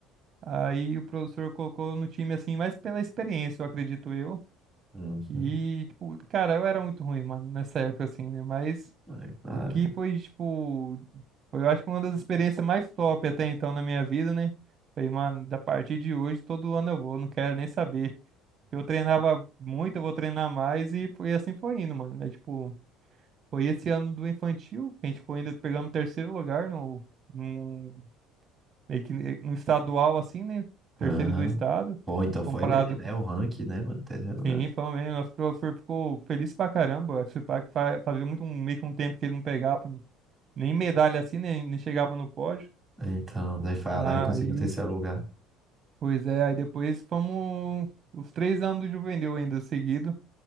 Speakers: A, on the right; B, in the centre.
A: Aí o professor colocou no time, assim, mais pela experiência, eu acredito eu.
B: Uhum,
A: E,
B: uhum.
A: tipo, cara, eu era muito ruim, mano, nessa época, assim, né? Mas
B: Ah, é claro.
A: o que foi, tipo, foi, eu acho que uma das experiências mais top até então na minha vida, né? Falei, mano, da partir de hoje, todo ano eu vou, não quero nem saber. Eu treinava muito, eu vou treinar mais e foi e assim foi indo, mano. É tipo, foi esse ano do infantil que a gente ficou ainda pegando terceiro lugar no, no, meio que no estadual, assim, né? Terceiro
B: Aham.
A: do estado,
B: Bom, então foi
A: comparado.
B: bem, né? O ranking, né, mano? Terceiro lugar.
A: Sim, foi mesmo. Nosso professor ficou feliz pra caramba. Esse pá que fa- fazia muito um, meio que um tempo que ele não pegava nem medalha assim, nem, nem chegava no pódio.
B: Então, daí foi
A: Aí,
B: lá e conseguiu o terceiro lugar.
A: pois é, aí depois fomos os três anos do juvenil ainda seguido.